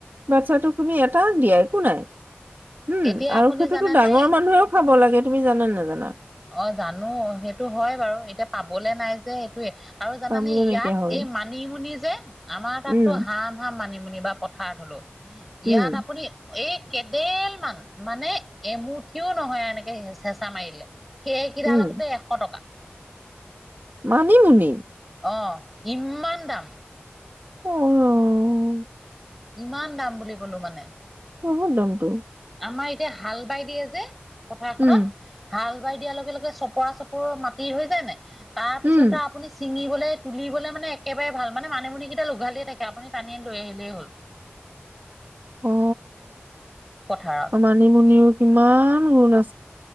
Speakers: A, on the right (about 55°); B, in the centre.
A: বাচ্ছাটো তুমি এটা দিয়াই একো নাই। উম
B: এতিয়া
A: আৰু
B: আপুনি
A: সেইটোতো
B: জানেনে
A: ডাঙৰ মানুহেও খাব লাগে তুমি জানা নেজানা?
B: অ'! জানোঁ। সেইটো হয় বাৰু এতিয়া পাবলে নাই যে এইটোৱে। আৰু জানেনে,
A: খাবলৈ
B: ইয়াত
A: নাইকিয়া হ'ল
B: এই মানিমুনি যে আমাৰ তাততো
A: উম
B: <unintelligible> মানিমুনি বা পথাৰত হ'লো। ইয়াত
A: উম
B: আপুনি এই কেডেল মান, মানে এমুঠিও নহয় এনেকে হেচ- হেঁচা মাৰিলে সেই কেইডালকতে
A: উম
B: এশ টকা।
A: মানিমুনি?
B: অ' ইমান দাম।
A: অ'।
B: ইমান দাম বুলি ক'লো মানে।
A: বহুত দমটো।
B: আমাৰ এতিয়া হাল বাই দিয়ে যে, পথাৰখনত।
A: উম
B: হাল বাই দিয়াৰ লগে - লগে চপৰা - চপৰ মাটি হৈ নে? তাৰ
A: উম
B: পিছতে আপুনি চিঙি বলে তুলিবলৈ মানে একেবাৰে ভাল, মানে মানিমুনি কেইডাল উঘালিয়ে থাকে। আপুনি টানি লৈ আহিলেই হ'ল। <inaudible>
A: অ
B: পথাৰত
A: মানিমুনিৰো কিমান গুণ আ